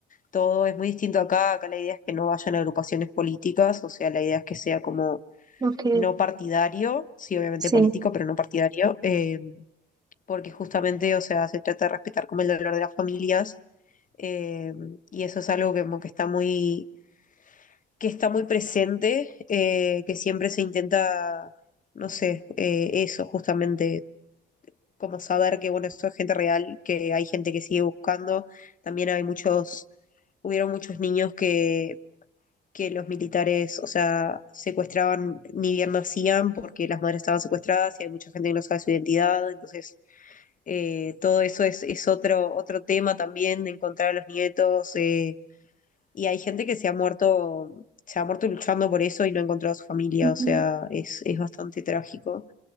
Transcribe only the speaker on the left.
todo es muy distinto acá. Acá la idea es que no vayan agrupaciones políticas, o sea, la idea es que sea como
no partidario, sí, obviamente
político, pero no partidario, eh, porque justamente, o sea, se trata de respetar como el dolor de las familias eh, y eso es algo que, como que está muy, que está muy presente, eh, que siempre se intenta, no sé, eh, eso justamente como saber que, bueno, eso es gente real, que hay gente que sigue buscando. También hay muchos, hubieron muchos niños que, que los militares, o sea, secuestraban, ni bien nacían porque las madres estaban secuestradas y hay mucha gente que no sabe su identidad. Entonces, eh, todo eso es, es otro, otro tema también, de encontrar a los nietos. eh, y hay gente que se ha muerto, se ha muerto luchando por eso y no ha encontrado a su familia.
O sea, es, es bastante trágico.